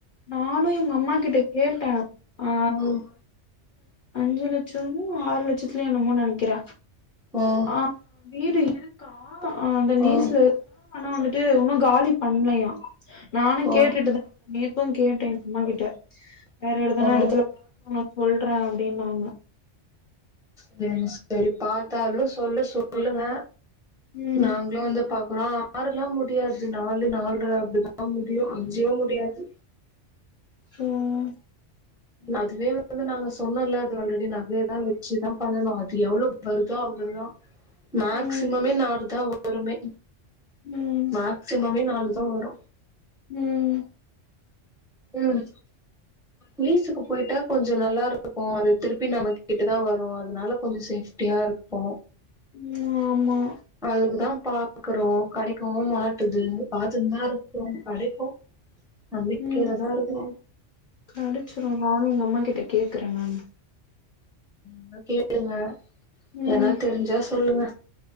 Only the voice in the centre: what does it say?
ம்
ம்
ஆ
ஓ
ஓ
செரி செரி பாத்தாலு சொல்லு சொல்லுங்க
நாங்ளு வந்து பாக்கலா ஆறுலா முடியாது நாலு நால்ர அப்டிதா முடியு அஞ்சே முடியாது
அதுவே வந்து நாங்க சொன்னோல்ல அது ஆல்ரெடி நகய தா வெச்சுதா பண்ணணு அது எவ்ளோ வருதோ அவ்ளோதா மேக்சிமமே
நாலு தா வருமே
மேக்சிமமே நாலு தா வரு
ம் லீஸுக்கு போயிட்டா கொஞ்சோ நல்லாருக்கு அது திருப்பி நம்ம கிட்ட தா வரு அதனால கொஞ்சோ சேஃப்ட்டியா இருக்கு
அதுக்குதா பாக்றோ கடைக்கவு மாட்டுது பாத்துன்தா ருக்கோ கடைக்கு நம்பிக்கையாதா
இருக்குறோ
ன்னா கேளுங்க
எதனா தெரிஞ்சா சொல்லுங்க